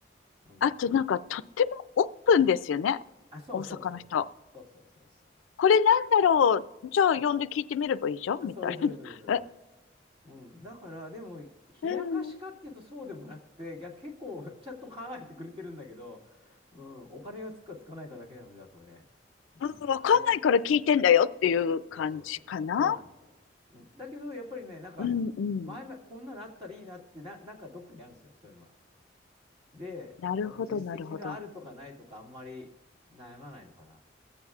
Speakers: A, on the right; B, on the left.
A: うん。
B: あとなんかとってもオープンですよね。
A: あ、そうそうそうそうそうそうそうそう。
B: 大阪の人。これなんだろう。じゃあ呼んで聞いてみればいいじゃんみたい
A: で、それそれそれそれそれ。
B: な。<laughs> え、
A: うん。だから、でも、冷やかしかっていうとそうでもなくて、
B: うん。
A: いや、結構ちゃんと考えてくれてるんだけど、うん、お金がつくかつかないかだけなので、あとはね。うん。
B: うん、わかんないから聞いてんだよっていう感じかな。
A: あの、そうそうそうそう、そうなんですよ。うん。だけど、やっぱりね、なんか、
B: うんうん。
A: 前々、こんなのあったらいいなってな、なんかどっかにあるんですよ、そういうのが。で、
B: なるほど、
A: その実績のあるとかないとかあんまり悩まないのかな。
B: なるほど。